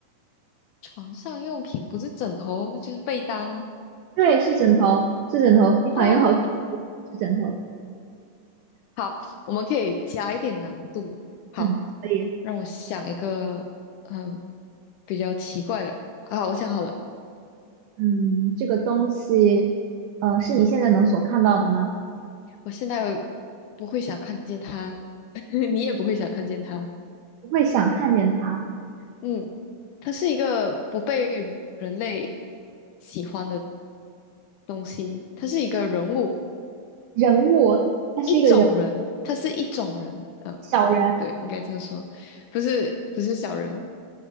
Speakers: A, on the left; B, on the right.
A: 床上用品不是枕头就是被单。
B: 对，是枕头，是枕头，你反应好像
A: 哦，
B: 是枕头。
A: 好，我们可以加一点难度。好，
B: 嗯，可以。
A: 让我想一个嗯比较奇怪的啊，我想好了，
B: 嗯，这个东西，呃，是你现在能所看到的吗？
A: 我现在不会想看见他，<laughs> 你也不会想看见他。
B: 不会想看见它。
A: 嗯，他是一个不被人类喜欢的东西，他是一个人物，
B: 人物，它是一个人，
A: 一种人，他是一种人。嗯，
B: 小人
A: 对，应该这么说，不是不是小人。